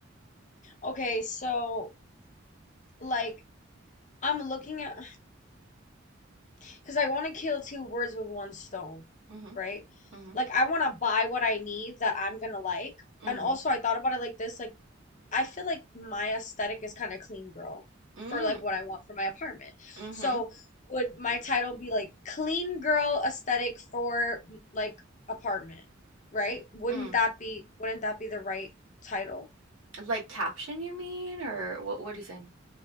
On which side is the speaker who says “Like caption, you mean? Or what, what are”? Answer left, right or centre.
Right